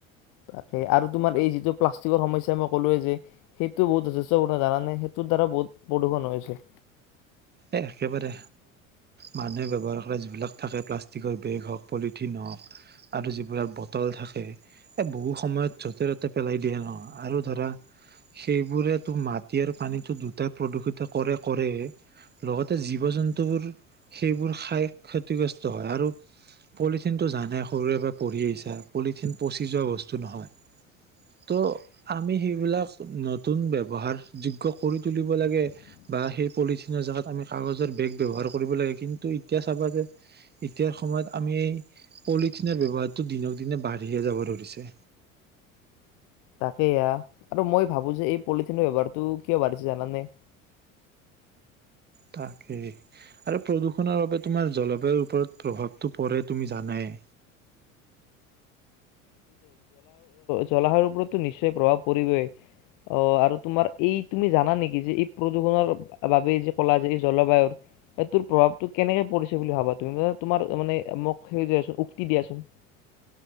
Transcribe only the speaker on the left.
তাকে আৰু তোমাৰ এই যিটো প্লাষ্টিকৰ সমস্যা মই ক'লোৱৱে যে সেইটো বহুত যথেষ্ট পূৰ্ণ ধাৰা নে সেইটোৰ দ্বাৰা বহুত প্ৰদূষণ হৈছে
তাকেই আৰু মই ভাবো যে এই পলিথিনৰ ব্যৱহাৰটো কিয় বাঢ়িছে জানানে
জলাশয়ুৰ ওপৰতো নিশ্চয় প্ৰভাৱ পৰিবই আহ আৰু তোমাৰ এই তুমি জানা নেকি যে এই প্ৰদূষণৰ বাবেই যে কলা যে এই জলবায়ুৰ এইটোৰ প্ৰভাৱটো কেনেকে পৰিছে বুলি ভাবা তুমি ম তোমাৰ মানে মোক সেইোন উক্তি দিয়াচোন